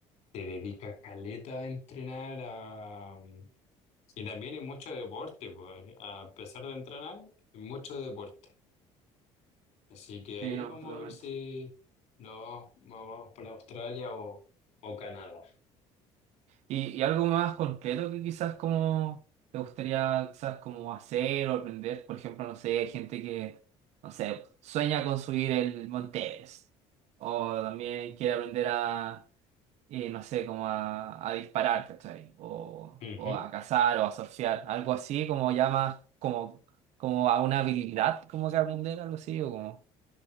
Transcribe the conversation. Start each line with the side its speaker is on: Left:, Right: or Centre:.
Left: se dedica caleta a entrenar, a... y también hay mucho deporte, pues, a pesar de entrenar, hay mucho deporte. Así que ahí
Right: Sí, no,
Left: vamos
Right: totalmente.
Left: a ver si nos vamos, nos vamos para Australia o, o Canadá.
Right: ¿Y, y algo más concreto que quizás como te gustaría quizás como hacer o aprender? Por ejemplo, no sé, hay gente que, no sé, sueña con subir el Monte Everest, o también quiere aprender a eh, no sé, como a, a disparar, ¿cachai? O,
Left: Ujú.
Right: o a cazar o a surfear, algo así, como ya más, como, como a una habilidad, como que aprender algo así, o como,